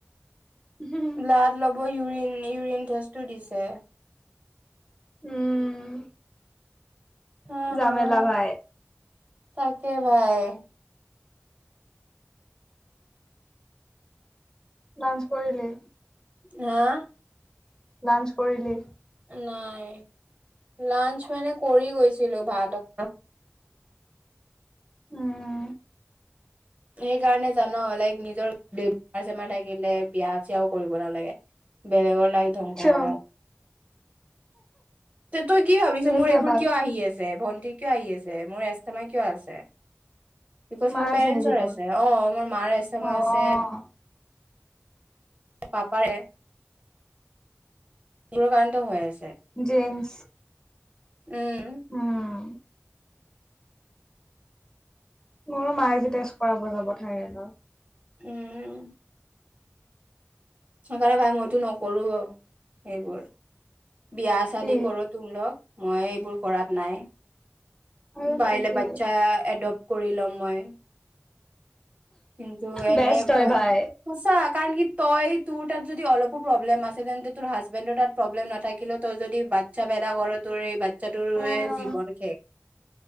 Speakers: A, on the left; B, on the right.
A: উম
B: ব্লাড ল'ব ইউৰিন ইউৰিন টেষ্টটো দিছে।
A: উম,
B: হা
A: জামেলা
B: হা
A: ভাই।
B: তাকে, ভাই।
A: লাঞ্চ কৰিলি?
B: হা
A: লাঞ্চ কৰিলি?
B: নাই। লাঞ্চ মানে কৰি গৈছিলোঁ, ভাত <inaudible>
A: উম।
B: সেইকাৰণে জান, লাইক নিজৰ বেমাৰ চেমাৰ থাকিলে বিয়া চিয়াও কৰিব নালাগে। বেলেগৰ লাইক ধ্বংস
A: কিয়
B: কৰা। তে, তই কি ভাবিছ?
A: ইয়ে
B: মোৰ
A: কিয়া
B: এইবোৰ
A: বাত
B: কিয় আহি আছ ভন্টি কিয় আহি আছে? মোৰ এচথমাই কিয় আছে? বিকজ
A: মাৰ
B: মোৰ পেৰেণ্টছৰ
A: আছে নেকি তোৰ
B: আছে, অ', মোৰ মাৰ এচথমাই
A: অ',
B: আছে। পাপাৰে এইবোৰ কাৰণতো হৈ আছে।
A: জেন্ছ
B: উম।
A: উম, মোৰো মায়ে আজি টেষ্ট কৰাব যাব থাইৰেডৰ।
B: উম। সেইকাৰণে ভাই মইতো নকৰোঁ, সেইবোৰ। বিয়া চাদি
A: কি
B: কৰো তো লগ মই এইবোৰ কৰাত নাই।
A: আৰু
B: বাইলে
A: তাকে
B: বাচ্ছা এডপ্ট কৰি লওঁ মই কিন্তু এনে
A: বেষ্ট হয় ভাই
B: সঁচা কাৰণ কি তই তোৰ তাত যদি অলপো প্ৰব্লেম আছে তেন্তে তোৰ হাজবেণ্ডৰ তাত প্ৰব্লেম নাথাকিলে তোৰ যদি বাচ্ছা বেদ কৰ তোৰ স চাটো
A: অ',
B: হয় জীৱন শেষ।